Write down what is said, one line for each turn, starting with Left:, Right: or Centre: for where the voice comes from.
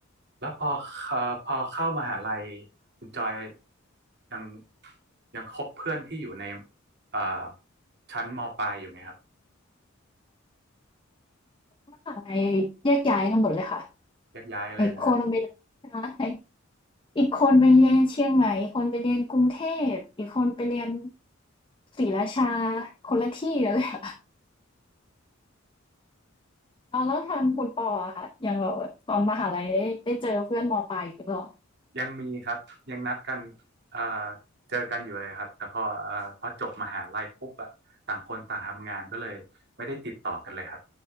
Right: แล้วพอเอ่อพอเข้ามหาลัยคุณจอยยังยังคบเพื่อนที่อยู่ในเอ่อชั้นมปลายอยู่ไหมครับ
Left: มหาลัยแยกย้ายกันหมดเลยค่ะ
Right: แยกย้ายเลยนะฮะ
Left: ไอ้คนไปใช่อีกคนไปเรียนเชียงใหม่อีกคนไปเรียนกรุงเทพ อีกคนไปเรียนศรีราชาคนละที่กันเลยอะ <laughs> อ้เวแล้วทางคุณปออะค่ะอย่างแบบตอนมหาลัยได้ได้เจอเพื่อนมปลายอยู่หรือเปล่า
Right: ยังมีครับยังนัดกันเอ่อเจอกันอยู่เลยครับแต่พอเอ่อพอจบมหาลัยปุ๊บอะต่างคนต่างทำงานก็เลยไม่ได้ติดต่อกันเลยครับ